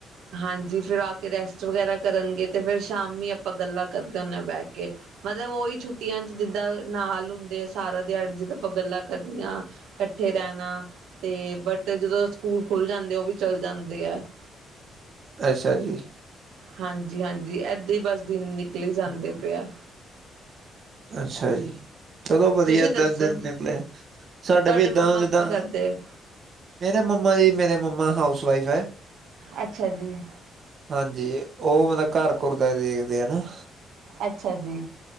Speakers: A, on the right; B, on the right.
A: ਹਾਂ ਹਾਂਜੀ ਫਿਰ ਆ ਕੇ ਰੈਸਟ ਵਗੈਰਾ ਕਰਨਗੇ ਅਤੇ ਫਿਰ ਸ਼ਾਮੀ ਆਪਾਂ ਗੱਲਾਂ ਕਰਦੇ ਹੁੰਦੇ ਹਾਂ ਬਹਿਠ ਕੇ। ਮਤਲਬ ਉਹੀ ਛੁੱਟੀਆਂ ਚ ਜਿੱਦਾਂ ਨਾਲ ਹੁੰਦੇ ਆ ਸਾਰਾ ਦਿਹਾੜੀ ਜਿੱਦਾਂ ਆਪਾਂ ਗੱਲਾਂ ਕਰਨੀਆਂ ਇਕੱਠੇ ਰਹਿਣਾ ਤੇ ਬਟ ਜਦੋਂ ਸਕੂਲ ਖੁੱਲ ਜਾਂਦੇ ਉਹ ਵੀ ਚੱਲ ਜਾਂਦੇ ਆ। <inaudible>
B: ਅੱਛਾ ਜੀ।
A: ਹਾਂਜੀ ਹਾਂਜੀ ਇਏਦਾਂ ਹੀ ਬਸ ਦਿਨ ਨਿਕਲੀ ਜਾਂਦੇ ਪ ਆ।
B: ਅੱਛਾ ਜੀ। ਚਲੋ ਵਧੀਆ
A: ਤੁਸੀਂ
B: ਇਏਦਾਂ
A: ਦੱਸੋ
B: ਦਿਨ ਨਿਕਲੇ ਸਾਡੇ
A: ਤੁਹਾਡੇ
B: ਵੀ ਏਦਾਂ
A: ਮੰਮਾ
B: ਜਿੱਦਾਂ।
A: ਕੀ ਕਰਦੇ
B: ਮੇਰੇ ਮੰਮਾ ਜੀ ਮੇਰੇ ਮੰਮਾ ਹਾਊਸ ਵਈਫ ਹੈ।
A: ਅੱਛਾ ਜੀ।
B: ਹਾਂਜੀ ਉਹ ਮਤਲਬ ਘਰ ਘੁਰਦਾ ਦੇਖਦੇ ਆ ਨਾ।
A: ਅੱਛਾ ਜੀ।